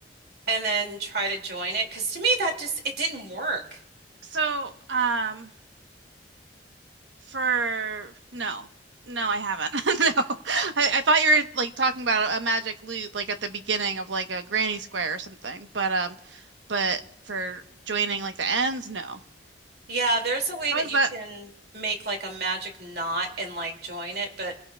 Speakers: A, on the right (about 60°); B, on the right (about 80°).
A: and then try to join it. Because to me, that just it didn't work.
B: So, um, for no, no, I haven't. <laughs> No, I, I thought you were like talking about a, a magic loop like at the beginning of like a granny square or something. But, um, but for joining like the ends, no.
A: Yeah, there's a way
B: How
A: that
B: is
A: you
B: that?
A: can make like a magic knot and like join it, but